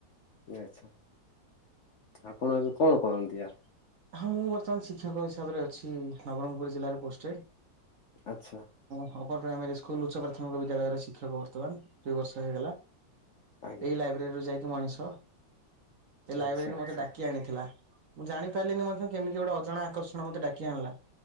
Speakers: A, on the left; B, on the right.
A: ଏ ଆଚ୍ଛା ଆପଣ ଏବେ କଣ କରନ୍ତି ଆ
B: ହଁ ମୁଁ ବର୍ତ୍ତମାନ ଶିକ୍ଷକ ହିସାବରେ ଅଛି ନବରଙ୍ଗପୁର ଜିଲ୍ଲାରେ ପୋଷ୍ଟେଡ୍।
A: ଆଚ୍ଛା।
B: ଅପର ପ୍ରାଇମୋରୀ ସ୍କୁଲ ଉଚ୍ଚ ପ୍ରାଥମିକ ବିଦ୍ୟାଳୟର ଶିକ୍ଷକ ବର୍ତ୍ତମାନ ଦୁଇ ବର୍ଷ ହେଇଗଲା।
A: ଆଜ୍ଞା
B: ଏଇ ଲାଇବ୍ରେରୀରୁୁ ଯାଇକି ମଣିଷ। ସେ ଲାଇବ୍ରେରୀରେ
A: ଆଚ୍ଛା
B: ମତେ
A: ଆଚ୍ଛା
B: ଡାକି ଆଣିଥିଲା ମୁଁ ଜାଣି <inaudible> ମଧ୍ୟ କେମିତି ଗୋଟେ ଅଜାଣା ଆକର୍ଷଣ ମୋତେ ଡାକି ଆଣିଲା